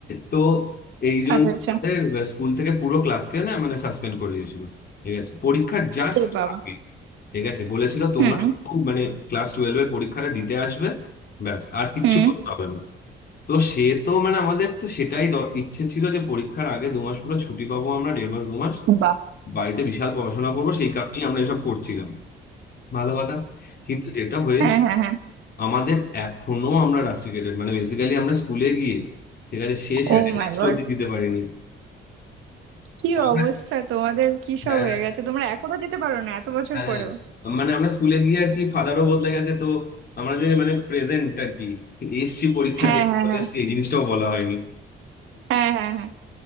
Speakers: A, on the left (about 50°); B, on the right (about 85°).
A: তো এই জন্য
B: আচ্ছা আচ্ছা
A: আমাদের স্কুল থেকে পুরো ক্লাসকে না মানে সাসপেন্ড করে দিয়েছিল ঠিক আছে পরীক্ষার জাস্ট
B: এ বাবা
A: আগে ঠিক আছে বলেছিল তোমরা
B: হুম
A: শুধু মানে ক্লাস টুয়েলভ এর পরীক্ষাটা দিতে আসবে ব্যাস আর কিচ্ছু
B: হুম
A: করতে হবে না তো সে তো মানে আমাদের তো সেটাই দ- ইচ্ছে ছিল যে পরীক্ষার আগে দু মাস পুরো ছুটি পাবো আমরা দেড় মাস দু মাস
B: বাহ
A: বাড়িতে বিশাল পড়াশোনা করবো সেই কারণেই আমরা এসব করছিলাম ভালো কথা কিন্তু যেটা হয়েছে
B: হ্যাঁ হ্যাঁ হ্যাঁ
A: আমাদের এখনো আমরা রাস্টিকেটেড মানে বেসিক্যালি আমরা স্কুলে গিয়ে ঠিক আছে শেষ অ্যাটেন্ডেন্স
B: Oh my god
A: অব্দি দিতে পারিনি
B: কি
A: আমরা
B: অবস্থা তোমাদের কি সব
A: হ্যাঁ
B: হয়ে গেছে তোমরা এখনো যেতে পারো না এত বছর
A: হ্যাঁ
B: পরেও
A: হ্যাঁ। মানে আমরা স্কুলে গিয়ে আর কি ফাদারও বদলে গেছে তো আমরা যে মানে প্রেজেন্ট আর কি এসছি পরীক্ষা
B: হ্যাঁ
A: দিয়ে
B: হ্যাঁ হ্যাঁ
A: এসছি এই জিনিসটাও বলা হয়নি
B: হ্যাঁ হ্যাঁ হ্যাঁ